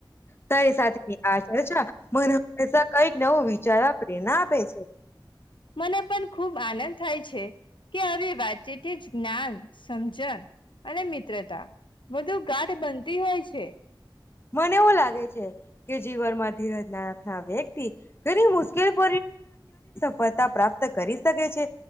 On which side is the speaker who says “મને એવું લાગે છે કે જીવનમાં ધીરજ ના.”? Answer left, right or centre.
Left